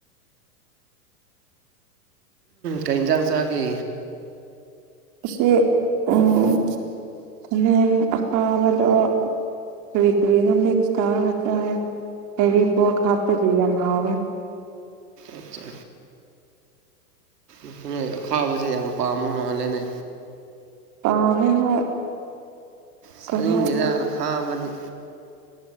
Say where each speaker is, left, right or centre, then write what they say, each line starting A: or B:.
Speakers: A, on the right (about 85°); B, on the right (about 40°).
A: ꯀꯩ ꯏꯟꯖꯥꯡ ꯆꯥꯒꯦ
B: ꯑꯁꯤ ꯎꯝ ꯈꯃ‌ꯦꯟ ꯑꯈꯥꯕꯗꯣ ꯀꯔꯤ ꯀꯔꯤꯅꯣ ꯃꯤꯛꯁ ꯇꯧꯔꯒ ꯆꯥꯏꯌꯦ ꯍꯩꯔꯤꯕꯣꯛ ꯍꯥꯞꯄꯒꯤ ꯌꯥꯝ ꯍꯥꯎꯋ‌ꯦ
A: ꯑꯆꯥ ꯑꯈꯨꯅ‌ꯦ ꯑꯈꯥꯕꯁꯦ ꯌꯥꯝ ꯄꯥꯝꯕ ꯃꯥꯜꯂꯦꯅꯦ
B: ꯄꯥꯝꯃꯦ ꯍꯣꯏ
A: ꯆꯥꯅꯤꯡꯗꯦꯗ
B: ꯀꯥꯡꯍꯧꯁꯨ
A: ꯑꯈꯥꯕꯗꯤ